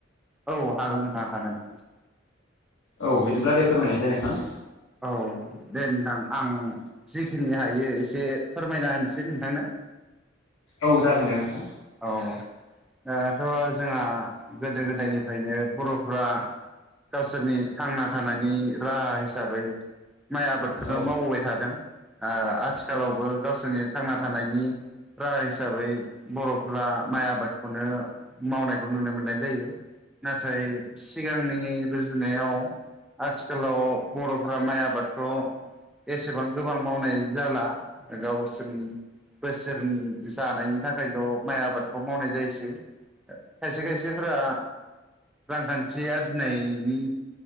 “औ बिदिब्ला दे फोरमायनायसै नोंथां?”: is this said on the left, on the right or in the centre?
Left